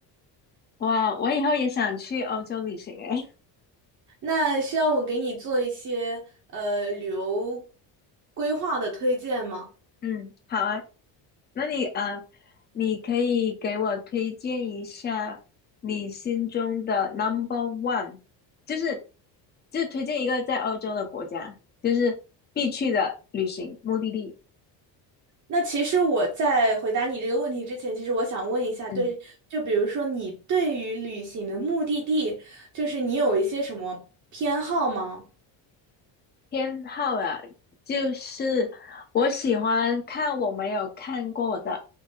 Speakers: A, on the left (about 20°); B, on the right (about 40°).
A: 哇，我以后也想去欧洲旅行诶。
B: 那需要我给你做一些呃旅游规划的推荐吗？
A: <laughs> 嗯，好啊，那你呃，你可以给我推荐一下你心中的 number one，就是就是推荐一个在欧洲的国家，就是必去的旅行目的地。
B: 那其实我在回答你这个问题之前，其实我想问一下，
A: 嗯。
B: 对，就比如说你对于旅行的目的地，就是你有一些什么偏好吗？
A: 偏好啊，就是我喜欢看我没有看过的，